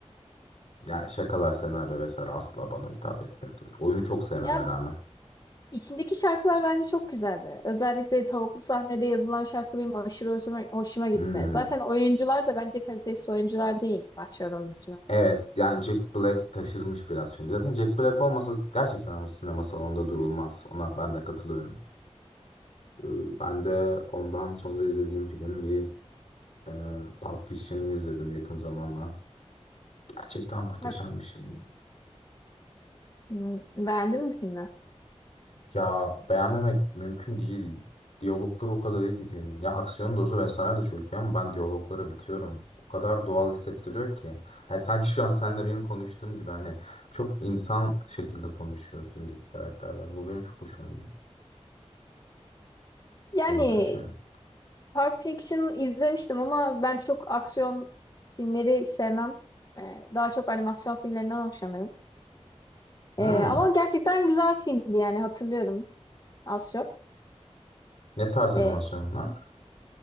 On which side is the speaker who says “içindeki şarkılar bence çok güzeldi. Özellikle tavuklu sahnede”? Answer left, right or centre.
Left